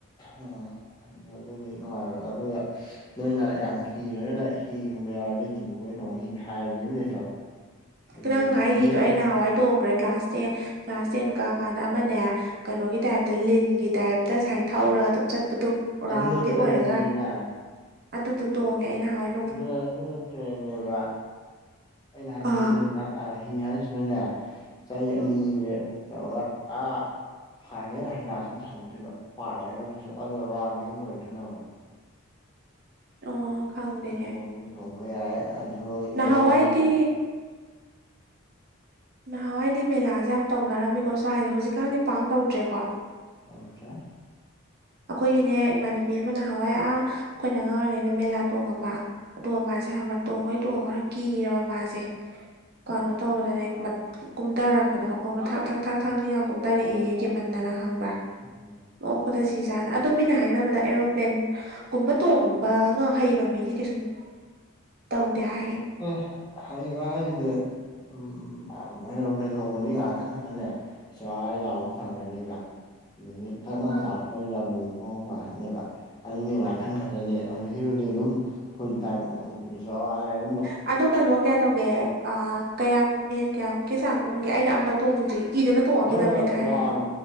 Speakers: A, on the left; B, on the right.
A: ꯎꯝ ꯑꯗꯨꯗꯤ ꯅꯨꯡꯉꯥꯏꯔ ꯑꯗꯨꯒ ꯅꯣꯏꯅ ꯌꯥꯝ ꯀꯤꯔꯒꯅ ꯍꯤꯒꯨꯝꯕ ꯌꯥꯎꯔꯗꯤ ꯍꯤꯒꯨꯝꯕ ꯊꯣꯡꯉ ꯍꯤ ꯍꯥꯏꯕ ꯑꯃ ꯂꯩꯇ꯭ꯔꯣ ꯑꯗꯨꯃꯥꯏꯅ
B: ꯅꯪ
A: ꯇꯧ
B: ꯍꯥꯏ
A: ꯑꯗꯨꯁꯨ
B: ꯍꯤꯗꯣ ꯑ ꯅꯍꯥꯟꯋꯥꯏ ꯇꯣꯛꯈ꯭ꯔꯦ ꯀ꯭ꯂꯥꯁ ꯇꯦꯟ ꯀ꯭ꯂꯥꯁ ꯇꯦꯟ ꯀꯥ ꯀꯥꯟꯗ ꯑꯃꯅꯦ ꯀꯩꯅꯣꯒꯤ ꯇꯥꯏꯞꯇ ꯂꯤꯟꯒꯤ ꯇꯥꯏꯞꯇ ꯁꯨꯃꯥꯏꯅ ꯊꯧꯔꯒ ꯑꯗꯨꯝ ꯆꯠꯄꯗꯣ
A: ꯑꯗꯨꯅ
B: ꯔꯥꯎꯟꯗꯤ
A: ꯇ꯭ꯔꯦꯟꯅꯤꯗꯅ
B: ꯑꯣꯏꯔꯒ ꯑꯗꯨꯗꯣ ꯇꯣꯡꯉꯦ ꯑꯩ ꯅꯍꯋꯥꯏ
A: ꯑꯗꯨꯅ ꯑꯗꯨꯅ ꯇ꯭ꯔꯦꯟꯅꯦꯕ ꯑꯩꯅ ꯍꯥꯏꯅꯤꯅ
B: ꯑꯥ
A: ꯍꯤ ꯍꯥꯏꯁꯤꯅꯅꯦ ꯆꯍꯤ ꯑꯅꯤꯁꯦ
B: ꯎꯝ
A: ꯇꯧꯔꯒ ꯑꯥ ꯍꯥꯏ ꯍꯩꯩꯅ ꯁꯨꯝ ꯁꯝꯗꯣꯏꯕ ꯄꯥꯏꯔꯅ ꯑꯗꯨꯁꯨ ꯑꯗꯨ ꯔꯥꯎꯟꯗꯤ ꯎ ꯑꯣꯏꯗꯣꯏ ꯅꯪ
B: ꯑꯣ ꯈꯪꯗꯦꯅꯦ
A: ꯑꯗꯨꯐꯥꯎꯇꯤ ꯇꯧꯕ ꯌꯥꯏ ꯑꯗꯨ ꯌꯦꯡꯉꯣ
B: ꯅꯍꯥꯟꯋꯥꯏꯗꯤ
A: ꯅꯪ
B: ꯅꯍꯥꯟꯋꯥꯏꯗꯤ ꯃꯦꯂꯥꯁꯦ ꯌꯥꯝ ꯇꯧꯅꯔꯝꯃꯤꯀꯣ ꯁ꯭ꯋꯥꯏꯁꯦ ꯍꯧꯖꯤꯛꯀꯥꯟꯗꯤ ꯄꯥꯛ ꯇꯧꯗ꯭ꯔꯦꯀꯣ
A: ꯇꯧꯗꯔꯦ
B: ꯑꯩꯈꯣꯏꯒꯤꯅꯦ ꯏꯃꯥꯟꯅꯕꯤ ꯑꯃ ꯅꯍꯥꯟꯋꯥꯏ ꯑꯥ ꯑꯩꯈꯣꯏꯅ ꯑꯉꯥꯡ ꯑꯣꯏꯔꯤꯉꯩꯗ ꯃꯦꯂꯥ ꯇꯣꯡꯉꯕ ꯑꯗꯨꯒ ꯃꯥꯁꯦ ꯇꯣꯡꯉꯩ ꯇꯣꯡꯉ ꯈꯔ ꯀꯤꯔꯕ ꯃꯥꯁꯦ ꯀꯩꯅꯣ ꯇꯧꯕꯗꯅꯦ ꯀꯨꯝꯗꯔꯛꯄꯗ ꯃꯈꯣꯡꯗꯣ ꯊ ꯊ ꯊꯛ ꯊꯛ ꯅꯤꯛꯑ ꯌꯜ ꯀꯨꯝꯊꯔꯛꯌꯦ ꯀꯤꯃꯟꯗꯅ ꯍꯪꯕ꯭ꯔꯥ
A: ꯎꯝ
B: ꯅꯣꯛꯄꯗꯁꯤ ꯁꯤꯖꯥꯅ ꯑꯗꯣ ꯃꯤꯅ ꯍꯥꯏꯅꯕꯗ ꯑꯦꯔꯣꯄ꯭ꯂꯦꯟꯒꯨꯝꯕ ꯇꯣꯡꯕꯒ ꯍꯩꯕ ꯃꯤꯗꯤ ꯀꯩꯁꯨꯝ ꯇꯧꯗꯦ ꯍꯥꯏ
A: ꯑꯦ ꯍꯩꯕ ꯍꯥꯏꯁꯦ ꯎꯝ ꯑꯦꯔꯣꯄ꯭ꯂꯦꯟ ꯇꯣꯡꯕꯗꯤ ꯉꯥꯛꯇꯪ ꯈꯛꯇꯅꯦ ꯁ꯭ꯋꯥꯏ ꯂꯥꯎ ꯐꯪꯈ꯭ꯔꯅꯦꯕ ꯃꯤꯅꯠ ꯇꯛ ꯂꯥꯎꯅ
B: ꯎꯝ
A: ꯇꯥꯔꯛꯄꯗꯨꯗ ꯑꯃꯨꯛ ꯃꯨꯛ ꯐꯪ ꯄꯥꯏꯈꯠꯅꯦꯕꯥ ꯑꯗꯨꯗꯤ ꯉꯥꯛꯇꯪ ꯈꯛꯇꯅꯦ ꯑꯗꯨꯗꯒꯤꯗꯤ ꯑꯗꯨꯝ ꯐꯨꯜ ꯇꯥꯏꯝ ꯑꯣ <unintelligible>
B: ꯑꯗꯨ ꯀꯩꯅꯣ ꯀꯌꯥ ꯇꯧꯒꯦ ꯑꯥ ꯀꯌꯥꯝ ꯃꯤꯅꯠ ꯀꯌꯥꯃꯨꯛꯀꯤ ꯆꯥꯡ ꯎꯡꯒꯦ ꯑꯩꯩꯗꯤ ꯑꯝꯇ ꯇꯣꯡꯗ꯭ꯔꯤ ꯀꯤꯗꯅ ꯇꯣꯡꯉꯛꯈꯤꯗꯕꯅꯦ
A: ꯃꯣꯏꯗꯣ
B: ꯊꯥꯏꯅꯗꯣ
A: ꯔꯥꯎꯟ